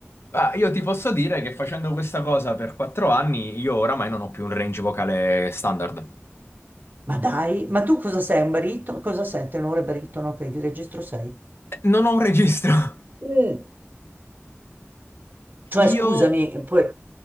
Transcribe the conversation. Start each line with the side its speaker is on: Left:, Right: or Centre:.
Left: Ah, io ti posso dire che facendo questa cosa per quattro anni, io oramai non ho più un range vocale standard.
Right: Ma dai, ma tu cosa sei? Un baritono? Cosa sei? Tenore baritono? Ok, che registro sei?
Left: Eh, Non ho un registro. <laughs>
Right: Mm. Cioè,
Left: Io,
Right: scusami, poi,